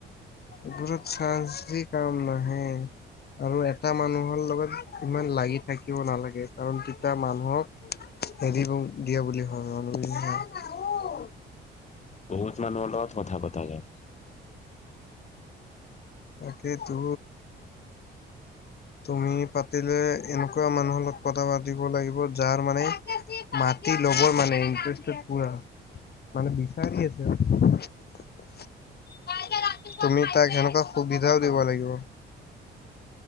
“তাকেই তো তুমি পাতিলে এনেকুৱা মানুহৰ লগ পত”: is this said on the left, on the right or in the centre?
Left